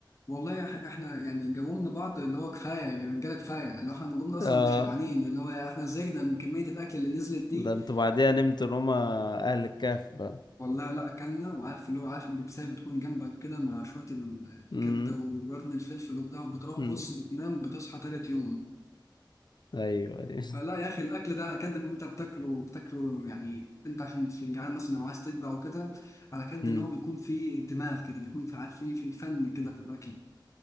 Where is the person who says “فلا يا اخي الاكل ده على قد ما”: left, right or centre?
Left